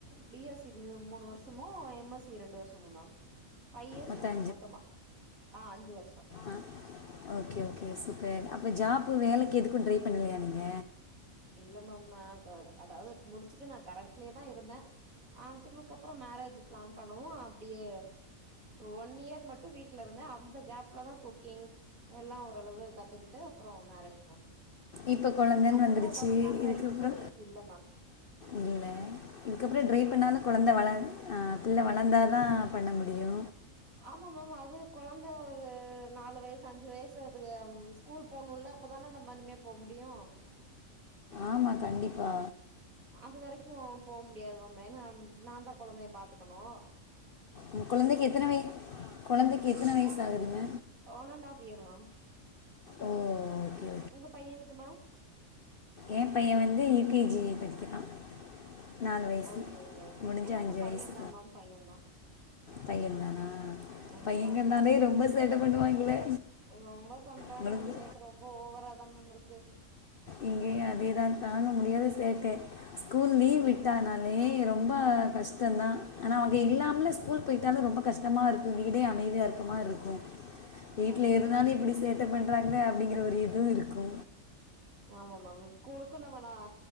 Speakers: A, on the right (about 85°); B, on the left (about 50°).
A: பி எஸ் சி மூ மூணு வருஷமு எம் எஸ் சி ரெண்டு வருஷமு மேம் ஃபை இயர்ஸ்
B: மொத்தம்
A: மொத் மொத்தமா அ அஞ்சு வருஷோ
B: அ ஓகே ஓகே சூப்பர் அப்ப ஜாப்பு வேலைக்கு எதுக்கு ட்ரை பண்ணலையா நீங்க
A: இல்ல மேம் நா கவ் அதாவது முடிச்சுட்டு நா கரண்ட்லயே தா இருந்தே அதுவுக்கு அப்றோ மேரேஜ்ஜு பிளான் பண்ணவு அப்டியே ஒன் இயர் மட்டு வீட்ல இருந்தே அந்த கேப்லதா குக்கிங் எல்லா ஓரளவு கத்துக்கிட்டு அப்றோ மேரேஜ் மேம்
B: இப்ப கொழந்தன்னு
A: அதனால
B: வந்துருச்சு
A: ஒர்க் பண்ற
B: இதுக்கப்றோ
A: எக்ஸ்பீரியன்ஸ் இல்ல மேம்
B: இல்ல இதுக்கப்றோ ட்ரை
A: ஆ
B: பண்ணாலு
A: எஸ்
B: கொழந்த
A: மேம்
B: வள அ பிள்ள வளந்தாதா பண்ண முடியு
A: ஆமா மேம் அது கொழந்த ஒரு நாலு வயசு அஞ்சு வயசு அதுக ம் ஸ் கூல் போனுல்ல அப்பதான நம்ம இனிமே போ முடியு
B: ஆமா கண்டிப்பா
A: அது வரைக்கு போ முடியாது மேம் ஏனா நா தா கொழந்தைய பாத்துக்கனோ
B: ம் கொழந்தைக்கு எத்தன வய் கொழந்தைக்கு எத்தன வயசு
A: ஒன்
B: ஆகுதுங்க
A: one and half year ma'am
B: ஓ ஓகே
A: உங்க பையனுக்கு மேம்
B: எ பையே வந்து யூ கே ஜி படிக்கிறா நாலு வயசு
A: ஓகே ஓகே ஓகே
B: முடிஞ்சு
A: எனக்கு
B: அஞ்சு
A: பையன்
B: வயசு
A: தா மேம் பையன் தா
B: பையந்தானா
A: எஸ்
B: பையேங்கனாலேயு
A: மேம்
B: ரொம்ப சேட்ட பண்ணுவாய்ங்களே
A: ரொம்ப பண்றாங்க
B: உங்களுக்கு
A: மேம் சேட்ட ரொம்ப ஓவரா தா மேம் இருக்கு
B: இங்கயு அதேதா தாங்க முடியாத சேட்ட ஸ்கூல் லீவ்
A: இங்கேயுதா
B: விட்டானா லே ரொம்ப கஷ்டந்தா ஆனா அவுங்க இல்லாமலு ஸ்கூல் போய்ட்டாலு ரொம்ப கஷ்டமா இருக்கு வீடே அமைதியா இருக் க மா ருக்கு வீட்ல
A: கண்டிப்பா
B: இருந்தாலு
A: கண்டிப்பா
B: இப்டி சேட்டப் பண்றாங்ளே அப்டிங்ற ஒரு இதுவு இருக்கு
A: ஆமா மேம் ஸ்கூலுக்கு நம்ம ந